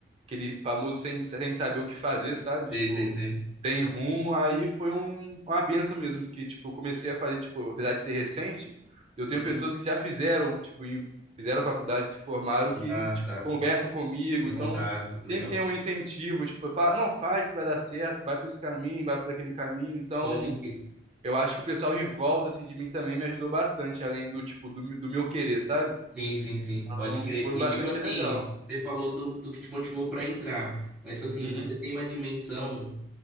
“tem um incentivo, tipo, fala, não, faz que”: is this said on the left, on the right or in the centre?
Right